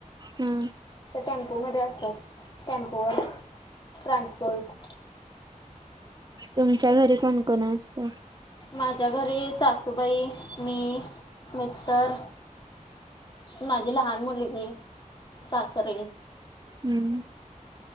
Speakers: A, on the right; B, on the left.
A: हा.
B: ते टेम्पो मध्ये असतात टेम्पो वर ट्रान्सपोर्ट
A: तुमच्या घरी कोणकोण असत.
B: माझ्या घरी सासूबाई मी मिस्टर माझी लहान मुलगी सासरे
A: हम्म